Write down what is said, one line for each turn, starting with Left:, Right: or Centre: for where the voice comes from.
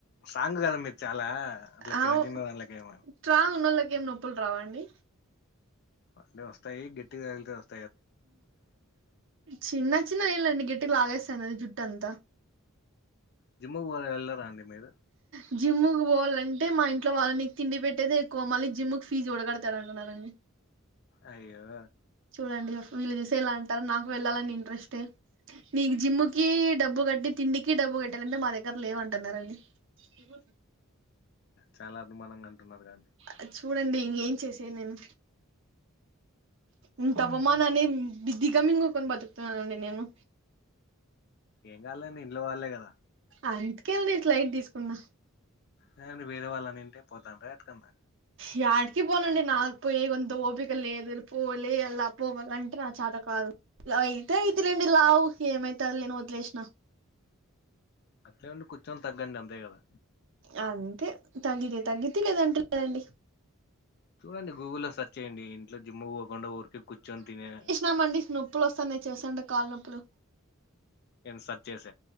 Left: స్ట్రాంగ్ గదా మీర్ చాలా అట్లా
Right: ఆవ్
Left: చిన్న చిన్న దాంట్లకి ఏమ
Right: స్ట్రాంగ్ ఉన్నోళ్ళకి ఏం నొప్పుల్ రావా అండి
Left: అంటే వస్తాయి గట్టిగాలితే వస్
Right: చిన్న చిన్న ఎళ్ళండి గేట్టిగ లాగేస్తాంది అది జుట్టంతా
Left: జిమ్ము పో ఎల్లారా అండి మీరు
Right: ఇ జిమ్కు పోవాలంటే మా ఇంట్లోళ్ళీ నికి తిండి పెట్టేది ఎక్కువ మళ్ళీ జిమ్కి ఫీజు కూడా కడతారా అంటున్నారండి
Left: అయ్యో
Right: చూడండి వీళ్ళు చూస్తే ఎలా అంటారు నాకు వెళ్ళాలని ఇంట్రెస్ట్తే నీకి జిమ్ముకి డబ్బు కట్టి తిండికి డబ్బు కట్టాలంటే మా దగ్గర లేవంటన్నారండి ఈ పొద్
Left: చాలా అనుమానంగా అంటున్నారు గా
Right: ఆ చూడండి ఇంగేమ్ చేసేది నేను ఇంత
Left: హ్మ్.
Right: అవమానాన్ని దిగ దిగమింగుకొని బతుకుతున్నానండి నేను
Left: ఏం కాలేండి ఇంట్లో వాళ్ళలే కదా
Right: అందుకే నేను ఇట్ల లైట్ తీసుకున్నా
Left: అదే అండి వేరే వాళ్ళని నింటే పోతంటే <unintelligible>
Right: యాడికి పోనండి నాకు పోయే అంత ఓపిక లేదు పోలే యాలా పోవాలంటే అంటే ఇగ చాత కాదు అయితే అయితేలేండి లావు ఏమైతాదిలే నీ వదిలేసినా
Left: అట్లే ఉండి కొంచం తగ్గండి అంతే కదా
Right: అంతే తగ్గితే తగ్గిది లేదంటే లేదండి
Left: చూడండి గూగుల్లో సెర్చ్ చేయండి ఇంట్లో జిమ్ముకి పోకుండా ఊరికే కూర్చొని తినే
Right: ఆ మండి స్నూప్ నోప్పులు వస్తాన్నాయి చేస్తుంటే కళ్ళ నొప్పులు
Left: నేను సెర్చ్ చేస